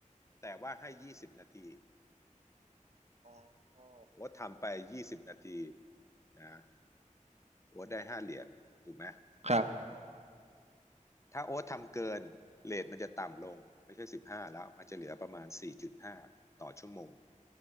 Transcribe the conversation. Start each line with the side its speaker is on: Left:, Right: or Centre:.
Left: แต่ว่าให้ยี่สิบนาที
Right: อ๋อ
Left: โอ๊ตทำไปยี่สิบนาทีนะ โอ๊ตได้ห้าเหรียญถูกไหม
Right: ครับ
Left: ถ้าโอ๊ตทำเกินเรทมันจะต่ำลงไม่ใช่สิบห้าแล้วมันจะเหลือประมาณสี่จุดห้าต่อชั่วโมง